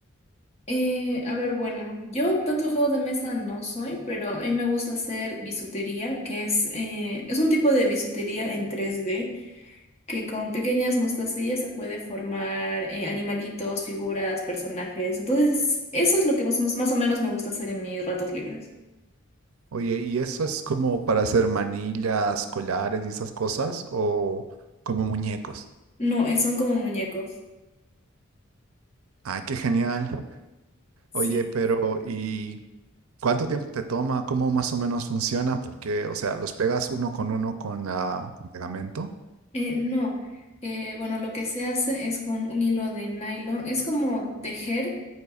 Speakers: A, on the left; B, on the right.
A: Eh, a ver, bueno, yo tanto juegos de mesa no soy, pero a mí me gusta hacer bisutería, que es, eh, es un tipo de bisutería en 3D, que con pequeñas mostacillas se puede formar eh, animalitos, figuras, personajes. Entonces, eso es lo que más, más o menos me gusta hacer en mis ratos libres.
B: Oye, ¿y eso es como para hacer manillas, collares y esas cosas o como muñecos?
A: No, eh, son como muñecos.
B: Ay, qué genial.
A: Sí.
B: Oye, pero ¿y cuánto tiempo te toma? ¿Cómo más o menos funciona? Porque, o sea, los pegas uno con uno con la, con pegamento.
A: Eh, no, Eh, bueno, lo que se hace es con un hilo de nylon, es como tejer,